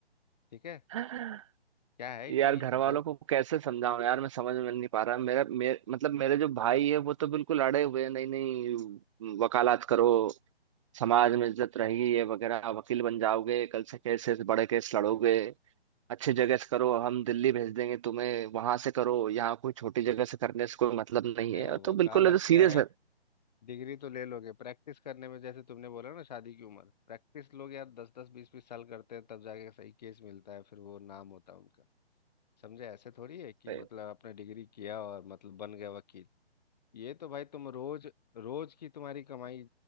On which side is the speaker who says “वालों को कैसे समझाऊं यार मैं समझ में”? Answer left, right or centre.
Right